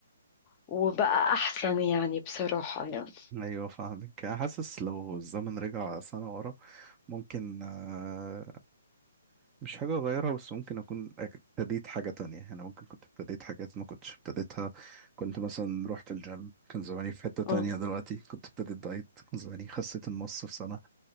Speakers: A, on the left; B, on the right.
A: وبقى أحسن يعني بصراحة يعني
B: ايوه فاهمك انا حاسس لو الزمن رجع سنة ورا ممكن آه، مش حاجة اغيرها بس ممكن اكون ابتديت حاجة تانية انا ممكن كنت ابتديت حاجات ما كنتش ابتديتها كنت مثلا رحت الجيم كان زماني في حتة تانية
A: مم.
B: دلوقتي كنت ابتديت دايت كان زماني خسيت النص في سنة